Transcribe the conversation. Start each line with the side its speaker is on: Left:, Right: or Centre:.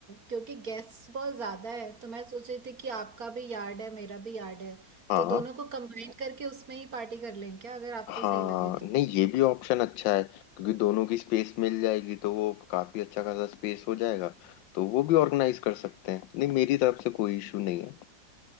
Right: क्योंकि गेस्ट बहुत ज़्यादा है तो मैं सोच रही थी कि आपका भी यार्ड है मेरा भी यार्ड है
Left: हाँ
Right: तो दोनों को कंबाइन करके उसमें ही पार्टी कर लें क्या अगर आपको
Left: हाँ
Right: सही लगे
Left: नहीं
Right: तो
Left: ये भी ऑप्शन अच्छा है क्योंकि दोनों की स्पेस मिल जाएगी तो वो काफी अच्छा खासा स्पेस हो जाएगा तो वो भी ऑर्गेनाइज कर सकते हैं नहीं मेरी तरफ से कोई इशू नहीं